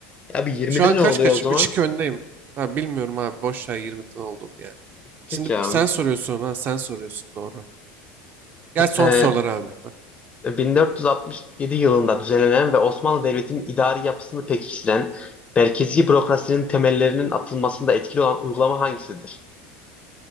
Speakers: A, on the left; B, on the right.
A: Abi 20'de
B: Şu an
A: ne
B: kaç
A: oluyor
B: kaç?
A: o zaman?
B: 3-2 öndeyim. Ha, bilmiyorum abi. Boş ver 20'den olduğunu ya.
A: Peki
B: Şimdi
A: abi.
B: sen soruyorsun ha. Sen soruyorsun doğru. Gel son
A: Ee,
B: sorular abi. Ha.
A: 1467 yılında düzenlenen ve Osmanlı Devleti'nin idari yapısını pekiştiren, merkezi bürokrasinin temellerinin atılmasında etkili olan uygulama hangisidir?